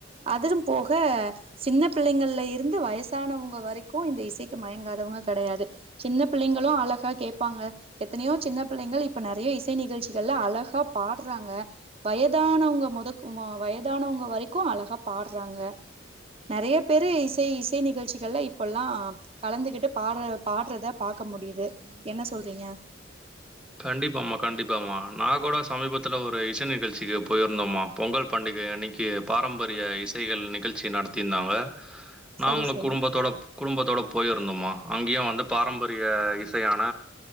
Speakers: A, on the right; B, in the centre.
A: அதிலு போக சின்ன பிள்ளைங்கள்ல இருந்து வயசானவங்க வரைக்கு இந்த இசை த்து மயங்காதவங்க கடையாது சின்ன பிள்ளைங்களு அழகா கேப்பாங்க எத்தனையோ சின்ன பிள்ளைங்கள் இப்ப நெறையா இசை நிகழ்ச்சிகள்ல அழகா பாடுறாங்க வயதானவங்க முதக்கோ வயதானவங்க வரைக்கு அழகா பாடுறாங்க நறைய பேரு இசை இசை நிகழ்ச்சிகள்ல இப்பல்லா கலந்துகிட்டு பாடுற பாடுறத பாக்க முடியுது என்ன சொல்றீங்க
B: கண்டிப்பாமா கண்டிப்பாமா நா கூட சமீபத்துல ஒரு இசை நிகழ்ச்சிக்கு போய்ருந்தம்மா பொங்கல் பண்டிகை அன்னைக்கி பாரம்பரிய இசைகள் நிகழ்ச்சி நடத்தியிருந்தாங்க நாங்களு
A: சரி சரி
B: குடும்பத்தோடப் குடும்பத்தோட போய் இருந்தோம்மா அங்கயு வந்து பாரம்பரிய இசையான